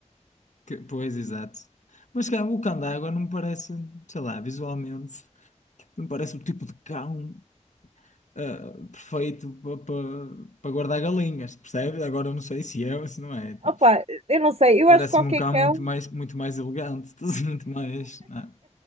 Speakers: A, on the left; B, on the right.
A: que. Pois, exato. Mas cá, o cão d'água não me parece, sei lá, visualmente, não me parece o tipo de cão ah, perfeito para guardar galinhas, percebe Agora eu não sei se é ou se não é. Tipo,
B: Opa, eu não sei, eu
A: Parece-me
B: acho que qualquer
A: um cão
B: cão.
A: muito mais, muito mais elegante, <laughs> muito mais ah,